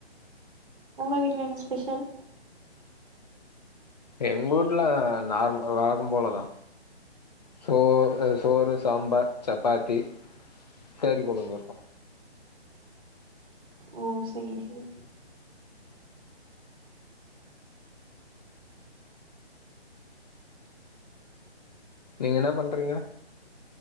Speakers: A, on the right; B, on the left.
A: ஒங்க வீட்ல என்ன ஸ்பெஷல்
B: எங்வூட்ல நார்ம வழக்கம் போலதா சோ அ சோறு சாம்பார் சப்பாத்தி கறி கொழம்பு இருக்கு
A: ஓ சேரி சேர்
B: நீங்க என்னா பண்றீங்க